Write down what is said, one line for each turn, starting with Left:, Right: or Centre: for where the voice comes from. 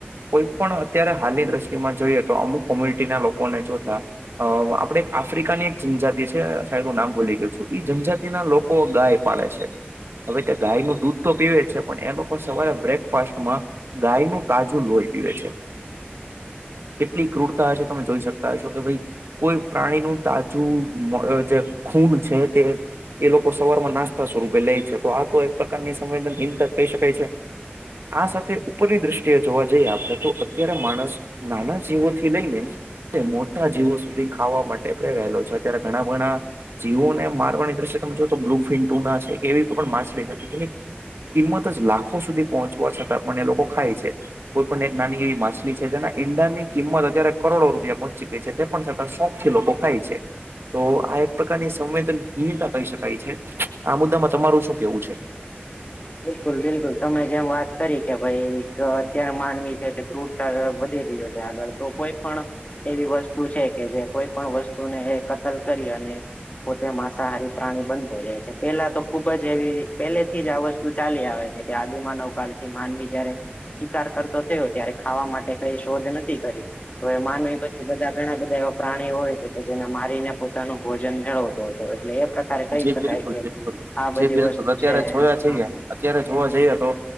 Right: કોઈ પણ અત્યારે હાલની દ્રષ્ટિમાં જોઈએ, તો અમુક કોમ્યુનિટીના લોકોને જોતા અ આપણે એક આફ્રિકાની એક જનજાતિ છે સાહેબ હું નામ બોલી ગયોું છું જનજાતિના લોકો ગાય પાળે છે હવે તે ગાય નું દૂધ તો પીવે છે પણ એ લોકો સવારે બ્રેકફાસ્ટમાં ગાય નું તાજુ લોહી પીવે છે. કેટલી ક્રૂરતા હશે, તમે જોઈ શકતા હશો કે ભઈ કોઈ પ્રાણીનું તાજું મળે જે ખૂન છે, તે એ લોકો સવારમાં નાસ્તા સ્વરૂપે લે છે તો આ તો એક પ્રકારની સંવેદન હિનતા જ કહી શકાય છે. આ સાથે ઉપરની દ્રષ્ટિએ જોવા જઈએ આપણે તો અત્યારે માણસ નાના જીવો થી લઈને તે મોટા જીવો સુધી ખાવા માટે પ્રેરાયલો છે અત્યારે ઘણા ઘણા જીવોને મારવાની દ્રશ્ય તમે જો તો બ્લુફિન ટુના છે કે એવી કો પણ માછલી જે કિંમત જ લાખો સુધી પહોંચવા છતાં પણ એ લોકો ખાય છે. કોઈ પણ એક નાની એવી માછલી છે જેના ઈંડાની કિંમત અત્યારે કરોડો રૂપિયા પહોંચી ગઇ છે. તે પણ છતાં શોખ થી લોકો ખાય છે. તો આ એક પ્રકારની સંવેદનહિનતા કહી શકાય છે આ મુદ્દામાં તમારું શું કેવું છે.
Left: બિલકુલ બિલકુલ તમે જેમ વાત કરી કે ભાઈ અત્યારે માનવી છે કે ક્રુટ વધી રહ્યો છે આગળ તો કોઈ પણ એવી વસ્તુ છે કે જે કોઈ પણ વસ્તુને એ કતલ કરી અને પોતે માંસાહારી પ્રાણી બનતો જાય છે પેલા તો ખુબ જ એવી પહેલે થી જ આવ વસ્ ું ચાલી આવે છે કે આદિમા નવકાળ થી માનવી જયારે શિકાર કરતો થયો ત્યારે ખાવા માટે કઈ શોધ નથી કરી તો એ માનવી પછી બધા ઘણા બધા એવા પ્રાણીઓ હોય છે કે જેને મારીને પોતાનું ભોજન મેળવતો હોય છે. તો એટલે એ પ્રકારે કહી
Right: જી
Left: શકાય
Right: બિલકુલ
Left: કે
Right: બિલકુલ
Left: આ બધી
Right: જી બિલકુલ
Left: વસ્તુ
Right: અત્યારે
Left: છે.
Right: જોયા અત્યારે
Left: હા
Right: જોવા જઈએ તો